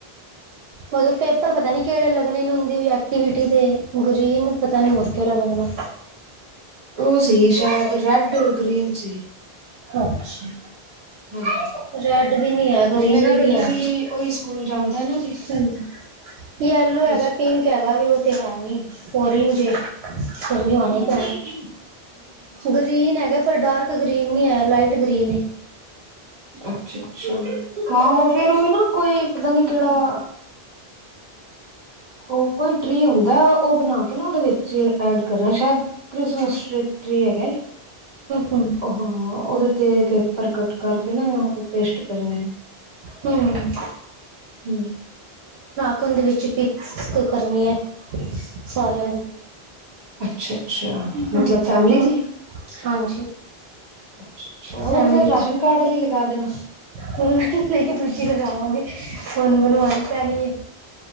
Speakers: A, on the right; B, on the right.
A: ਉਦੋਂ ਤੇ ਪਰ ਪਤਾ ਨਹੀਂ ਕਿਹੜੇ ਲੱਗਣੇ ਉਹਦੀ ਵੀ ਐਕਟੀਵਿਟੀ ਦੇ ਗਰੀਨ ਪਤਾ ਨੀ ਹੋਰ ਕਿਹੜਾ ਲੱਗਣਾ।
B: ਉਹ ਸੀ ਸ਼ਾਇਦ ਰੈਡ ਔਰ ਗ੍ਰੀਨ ਸੀ।
A: ਅੱਛਾ
B: ਹਾਂਜੀ
A: ਰੈਡ ਵੀ ਨਹੀਂ ਆ ਗਰੀਨ
B: ਉਹ ਮੇਰਾ
A: ਵੀ
B: ਬੇਟਾ
A: ਨਹੀਂ ਹੈ।
B: ਉਹੀ ਸਕੂਲ ਜਾਂਦਾ ਹੈ ਨਾ ਜੀ
A: ਚੰਗਾ। ਯੈਲੋ ਹੈਗਾ
B: ਇਸ
A: ਪਿੰਕ ਹੈਗਾ ਉਹ ਤੇ ਹੈ ਨਹੀਂ, ਔਰੇਜ ਐ। ਫਿਰ ਲਿਆਉਣਾ
B: ਹੂੰ
A: ਹੀ ਪੈਣਾ ਗਰੀਨ ਹੈਗਾ ਪਰ ਡਾਰਕ ਗ੍ਰੀਨ ਨਹੀਂ ਹੈ ਲਾਈਟ ਗ੍ਰੀਨ ਏ।
B: ਅੱਛਾ। ਅੱਛਾ ਹਾਂ ਫਿਰ ਉਹ ਨਾ ਕੋਈ ਪਤਾ ਨੀ ਕਿਹੜਾ ਉਹ ਕੋਈ ਟਰੀ ਹੁੰਦਾ ਉਹ ਬਣਾ ਕੇ ਨਾ ਉਹਦੇ ਵਿੱਚ ਐਡ ਕਰਨਾ ਸ਼ਾਇਦ ਕ੍ਰਿਸਮਸ ਟਰੀ ਹੈਗਾ ਏ।
A: ਹੂੰ
B: ਹਾਂ ਉਹਤੇ ਪੇਪਰ ਕੱਟ ਕਰਕੇ ਨਾ ਉਹ ਪੇਸਟ ਕਰਨੇ
A: ਹੂੰ
B: ਹੂੰ
A: ਕੁੰਦ ਵਿੱਚ ਪਿਕਸ ਕਰਨੀ ਹੈ। ਸਾਰਿਆਂ ਦੀ
B: ਅੱਛਾ ਅੱਛਾ ਮਤਲਬ
A: ਹੂੰ
B: ਫੈਮਲੀ
A: ਹੂੰ
B: ਦੀ
A: ਹਾਂਜੀ,
B: ਅੱਛਾ ਉਹ
A: ਫੈਮਲੀ
B: ਫੇਰ ਰਾਸ਼ਨ ਕਾਰਡ ਆਲੀ ਲਗਾ ਦੇਣਾ।
A: ਤੂੰ ਨਹੀਂ ਨਹੀਂ ਦੂਜੀ ਲਗਾਵਾਂਗੇ। ਹੁਨ ਬਣਵਾਣੀ ਪੈਣੀ ਹੈ।